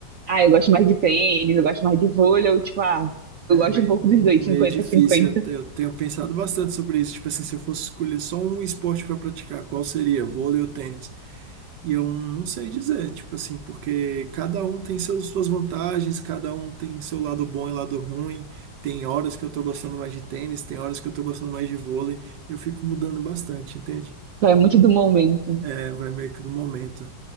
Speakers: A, on the right; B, on the right.
A: ah, eu gosto mais de tênis, eu gosto mais de vôlei, ou tipo, ah,
B: é
A: eu gosto
B: meio,
A: um pouco dos dois,
B: meio
A: cinquenta
B: difícil.
A: cinquenta.
B: Eu, eu tenho pensado bastante sobre isso. Tipo assim, se eu fosse escolher só um esporte para praticar, qual seria? Vôlei ou tênis? E eu não sei dizer, tipo assim, porque cada um tem seus, suas vantagens, cada um tem seu lado bom e lado ruim. Tem horas que eu tô gostando mais de tênis, tem horas que eu tô gostando mais de vôlei. Eu fico mudando bastante, entende?
A: Vai muito do momento. né?
B: É, vai meio que no momento.